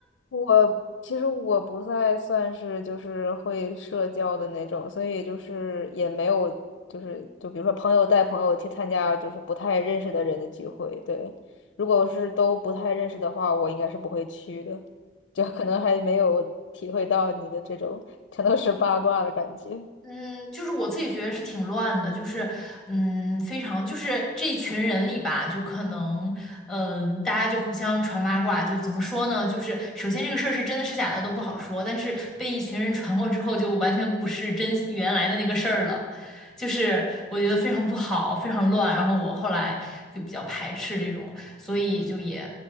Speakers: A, on the left; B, in the centre.
A: 我其实我不太算是就是会社交的那种，所以就是也没有就是就比如说朋友带朋友去参加就是不太认识的人的聚会，对。如果是都不太认识的话，我应该是不会去的，就可能还没有体会到你的这种全都是八卦的感觉。
B: 嗯，就是我自己觉得是挺乱的，就是嗯，非常就是这一群人里吧，就可能嗯，大家就互相传八卦，就怎么说呢？就是首先这个事儿是真的是假的都不好说，但是被一群人传过之后，就完全不是真原来的那个事儿了，就是我觉得非常不好，非常乱。然后我后来就比较排斥这种，所以就也